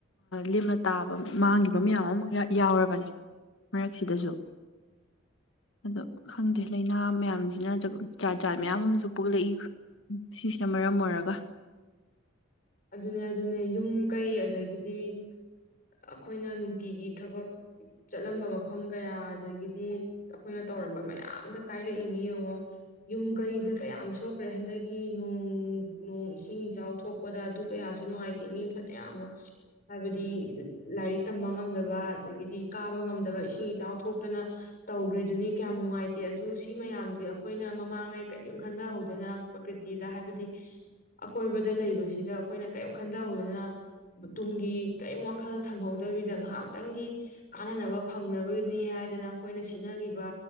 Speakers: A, on the left; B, on the left.
A: ꯂꯦꯝꯅ ꯇꯥꯕ ꯃꯥꯡꯒꯤꯕ ꯌꯥꯎꯔꯕꯅꯤ ꯃꯔꯛꯁꯤꯗꯁꯨ ꯑꯗꯣ ꯈꯪꯗꯦ ꯂꯩꯅꯥ ꯃꯌꯥꯝꯁꯤꯅ ꯖꯥꯠ ꯖꯥꯠ ꯃꯌꯥꯝ ꯑꯃꯁꯨ ꯄꯣꯛꯂꯛꯏ ꯁꯤꯁꯤꯅ ꯃꯔꯝ ꯑꯣꯏꯔꯒ
B: ꯑꯗꯨꯅꯦ ꯑꯗꯨꯅꯦ ꯌꯨꯝ ꯀꯩ ꯑꯗꯒꯤꯗꯤ ꯑꯈꯣꯏꯅ ꯅꯨꯡꯇꯤꯒꯤ ꯊꯕꯛ ꯆꯠꯂꯝꯕ ꯃꯐꯝ ꯀꯌꯥ ꯑꯗꯒꯤꯗꯤ ꯑꯩꯈꯣꯏꯅ ꯇꯧꯔꯝꯕ ꯃꯌꯥꯝꯗ ꯀꯥꯏꯔꯛꯏꯅꯤ ꯌꯦꯡꯉꯣ ꯌꯨꯝ ꯀꯩꯗ ꯀꯌꯥꯝ ꯁꯣꯛꯈ꯭ꯔꯦ ꯍꯟꯗꯛꯀꯤ ꯅꯣꯡ ꯅꯣꯡ ꯏꯁꯤꯡ ꯏꯆꯥꯎ ꯊꯣꯛ ꯄꯗ ꯑꯗꯨ ꯀꯌꯥꯁꯨ ꯅꯨꯡꯉꯥꯏꯇꯦ ꯃꯤ ꯐꯅꯌꯥꯝ ꯑꯃ ꯍꯥꯏꯕꯗꯤ ꯂꯥꯏꯔꯤꯛ ꯇꯝꯕ ꯉꯝꯗꯕ ꯑꯗꯒꯤꯗꯤ ꯀꯥꯕ ꯉꯝꯗꯕ ꯏꯁꯤꯡ ꯏꯆꯥꯎ ꯊꯣꯛꯇꯅ ꯇꯧꯒ꯭ꯔꯤꯗꯨꯅꯤ ꯀꯌꯥꯝ ꯅꯨꯡꯉꯥꯏꯇꯦ ꯑꯗꯨ ꯁꯤ ꯃꯌꯥꯝꯖꯦ ꯑꯈꯣꯏꯅ ꯃꯃꯥꯡꯉꯩ ꯀꯔꯤꯝ ꯈꯟꯗꯍꯧꯗꯅ ꯄ꯭ꯔꯀꯤꯔꯤꯇꯤꯗ ꯍꯥꯏꯕꯗꯤ ꯑꯀꯣꯏꯕꯗ ꯂꯩꯕꯁꯤ ꯁꯤꯗ ꯑꯩꯈꯣꯏꯅ ꯀꯔꯤꯝ ꯈꯟꯊꯍꯧꯗꯅ ꯇꯨꯡꯒꯤ ꯀꯔꯤꯝ ꯋꯥꯈꯜ ꯊꯝꯍꯧꯗꯕꯤꯗ ꯉꯥꯏꯍꯥꯛꯇꯪꯒꯤ ꯀꯥꯟꯅꯅꯕ ꯐꯪꯅꯕꯅꯦ ꯍꯥꯏꯗꯅ ꯑꯩꯈꯣꯏꯅ ꯁꯤꯖꯤꯟꯅꯈꯤꯕ